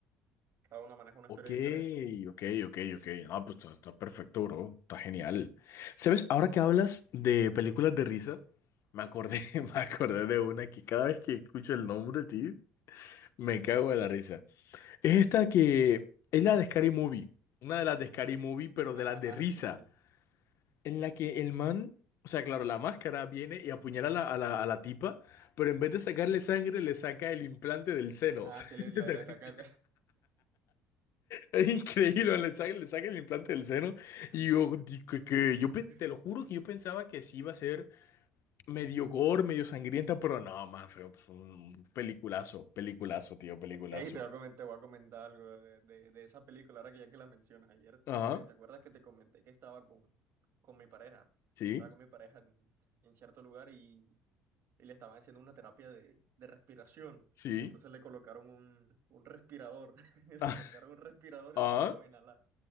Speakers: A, on the right (about 55°); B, on the left (about 60°).
A: Cada uno maneja una
B: Ok,
A: historia diferente.
B: ok, ok, ok. Ah, pues está, está perfecto, bro. Está genial. ¿Sabes? Ahora que hablas de películas de risa, me acordé, <laughs> me acordé de una que cada vez que escucho el nombre, tío, me cago de la risa. Es esta que es la de Scary Movie. Una de las de Scary Movie, pero
A: <laughs>
B: de las de risa.
A: Sí, sí.
B: en la que el man, o sea, claro, la máscara viene y apuñala a la, a la, a la tipa, pero en vez de sacarle sangre, le saca el implante del seno.
A: Ah,
B: o sea,
A: sí, le,
B: <laughs>
A: le,
B: ¿te
A: le
B: acuerdas?
A: ataca el-
B: es increíble, le saca, le saca el implante del seno. Y yo, di- que, que- yo pe- te
A: <laughs>
B: lo juro que yo pensaba que sí iba a ser medio gore, medio sangrienta, pero no, man, fue fue un peliculazo, peliculazo, tío, peliculazo.
A: Ey, te voy a comentar, voy a comentar algo de, de, de esa película, ahora que ya que la mencionas. Ayer,
B: Ajá,
A: que te, ¿te acuerdas que te comenté que estaba con, con mi pareja?
B: sí,
A: Estaba con mi pareja en, en cierto lugar y y le estaban haciendo una terapia de, de respiración.
B: sí.
A: Entonces le colocaron un, un respirador, <laughs> le
B: <laughs>
A: colocaron un respirador
B: Ah,
A: y lo pusieron a inhalar.